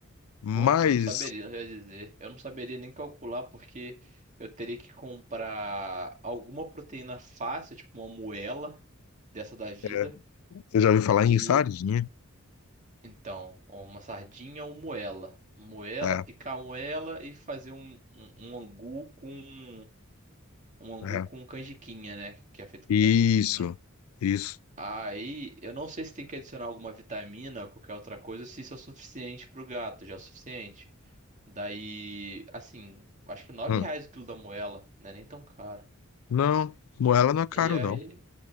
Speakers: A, on the left; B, on the right.
A: Mas
B: Pô, eu não saberia, eu ia dizer. Eu não saberia nem calcular, porque eu teria que comprar alguma proteína fácil, tipo uma moela dessa da vida.
A: é, eu já ouvi falar
B: E
A: em sardinha.
B: então, uma sardinha ou moela. Moela,
A: É,
B: picar a moela e fazer um, um, um angu com um angu
A: é.
B: com canjiquinha, né? Que é feito com
A: Isso,
B: canjiquinha.
A: isso.
B: Aí, eu não sei se tem que adicionar alguma vitamina ou qualquer outra coisa, se isso é o suficiente pro gato, já é o suficiente. Daí, assim, acho que nove
A: Hum.
B: reais o quilo da moela, né? Nem tão caro.
A: Não, moela não é
B: E
A: caro,
B: aí,
A: não.